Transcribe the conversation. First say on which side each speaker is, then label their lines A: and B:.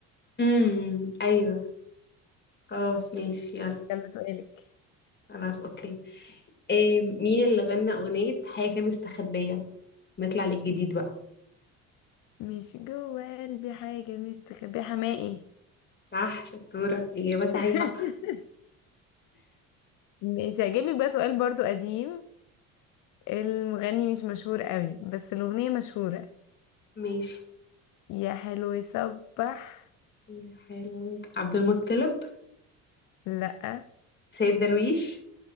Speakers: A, on the left (about 25°); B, on the left (about 45°).
A: امم ايوه خلاص ماشي يلا
B: يلا سؤالك
A: خلاص اوكي إيه مين اللي غنى اغنيه حاجه مستخبيه نطلع للجديد بقى
B: مش جوه قلبي حاجة مستخبية حماقي
A: صح شطوره اجابه صحيحه
B: <laughs> مش هجيب لك بقى سؤال برضو قديم المغني مش مشهور قوي بس الأغنية مشهورة
A: ماشي
B: يا حلو يصبح
A: يا حلوة عبد المطلب
B: لأ
A: سيد درويش